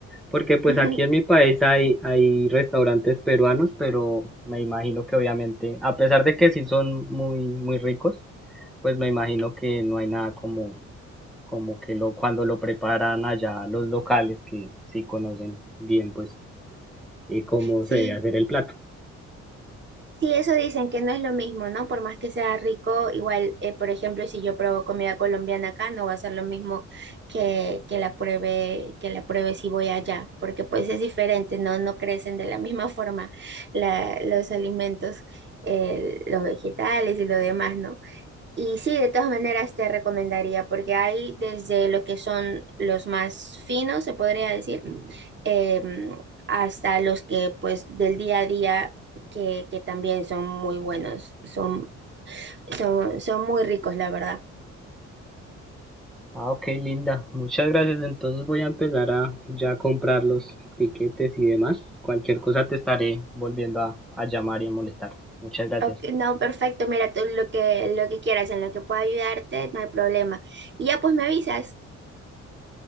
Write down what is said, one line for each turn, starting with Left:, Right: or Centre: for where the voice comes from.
Centre: Porque pues
Right: <laughs>
Centre: aquí en mi país hay, hay restaurantes peruanos, pero me imagino que obviamente, a pesar de que sí son muy, muy ricos, pues me imagino que no hay nada como, como que lo, cuando lo preparan allá los locales que sí conocen bien pues eh, cómo
Right: Sí,
Centre: se debe hacer el plato.
Right: Sí, eso dicen que no es lo mismo, ¿no? Por más que sea rico, igual, eh, por ejemplo, si yo pruebo comida colombiana acá, no va a ser lo mismo que, que la pruebe, que la pruebe si voy allá, porque pues es diferente, ¿no? No crecen de la misma <laughs> forma la- los alimentos, eh, los vegetales y lo demás, ¿no? Y sí, de todas maneras te recomendaría, porque hay desde lo que son los más finos, se podría decir, em, hasta los que pues del día a día que, que también son muy buenos, son, son, son muy ricos, la verdad.
Centre: Ah, ok, linda. Muchas gracias. Entonces voy a empezar a ya comprar los tiquetes y demás. Cualquier cosa te estaré volviendo a, a llamar y a molestar. Muchas gracias.
Right: Ok, no, perfecto, mira, tú lo que, lo que quieras, en lo que pueda ayudarte, no hay problema. Y ya pues me avisas.